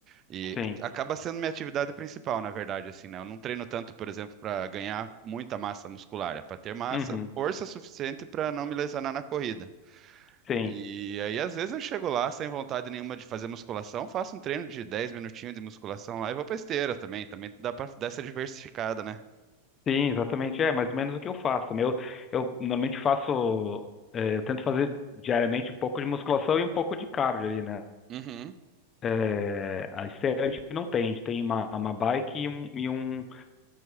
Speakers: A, on the right; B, on the left.
A: E
B: sim.
A: acaba sendo minha atividade principal, na verdade, assim, né? Eu não treino tanto, por exemplo, para ganhar muita massa muscular, é para ter massa,
B: Uhum,
A: força suficiente para não me lesionar na corrida.
B: sim.
A: E aí, às vezes, eu chego lá sem vontade nenhuma de fazer musculação, faço um treino de 10 minutinhos de musculação lá e vou pra esteira também. Também dá pra dar essa diversificada, né?
B: Sim, exatamente. É mais ou menos o que eu faço. Meu, eu normalmente faço, eh, eu tento fazer diariamente um pouco de musculação e um pouco de cardio ali, né?
A: Uhum,
B: É, a esteira a gente não tem, a gente tem uma, uma bike e um, e um.